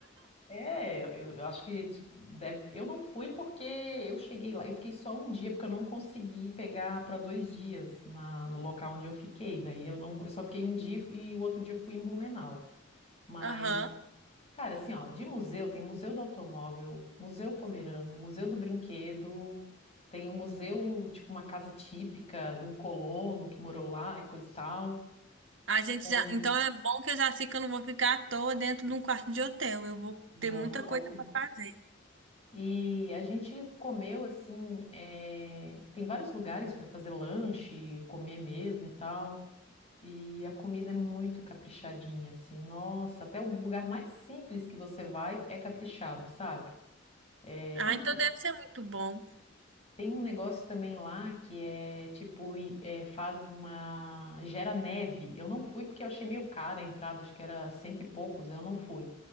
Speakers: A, on the left (about 30°); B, on the right (about 70°).
A: É, eu, eu acho que tipo, deve- eu não fui porque eu cheguei lá, eu fiquei só um dia porque eu não consegui pegar para dois dias na, no local onde eu fiquei. Daí eu não, eu só fiquei um dia e o outro dia eu fui em Blumenau. Mas,
B: Aham.
A: cara, assim, ó, de museu tem Museu do Automóvel, Museu Pomerano, Museu do Brinquedo, tem um museu, tipo uma casa típica de um colono que morou lá e coisa e tal.
B: A gente
A: Sim.
B: já, então é bom que eu já sei que eu não vou ficar à toa dentro de um quarto de hotel. Eu vou
A: Não.
B: ter muita coisa pra fazer.
A: E a gente comeu assim, eh, tem vários lugares para fazer lanche, comer mesmo e tal. E a comida é muito caprichadinha, assim. Nossa, até o lugar mais simples que você vai é caprichado, sabe? Eh,
B: Ah,
A: ah,
B: então deve ser muito bom.
A: tem um negócio também lá que é tipo, i- eh, faz uma. gera neve. Eu não fui porque eu achei meio cara a entrada, acho que era cento e poucos, eu não fui.